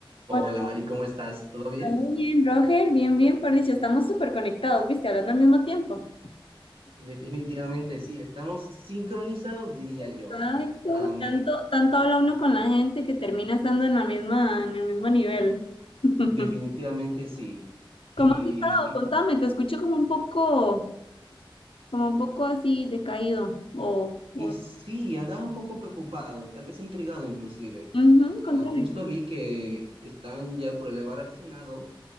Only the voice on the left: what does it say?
Hola,
¿todo bien, Roger? Bien, bien, por dicho, estamos súper conectados, ¿viste? Hablando al mismo tiempo.
Exacto,
tanto, tanto habla uno con la gente que termina estando en la misma, en el mismo nivel. <laughs>
¿Cómo
has estado? Contame,
te escucho como un poco, como un poco así decaído. O, o...
Ujú, contame.